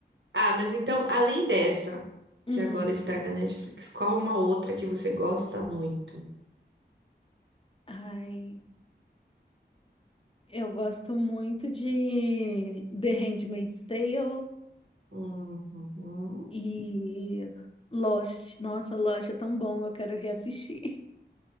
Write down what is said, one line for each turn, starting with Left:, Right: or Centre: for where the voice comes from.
Right: Ah, mas então, além dessa,
Left: Uhum.
Right: que agora está na Netflix, qual uma outra que você gosta muito?
Left: Ai, eu gosto muito de The Handmaid's Tale
Right: Uhum.
Left: e Lost. Nossa, Lost é tão bom. Eu quero reassistir.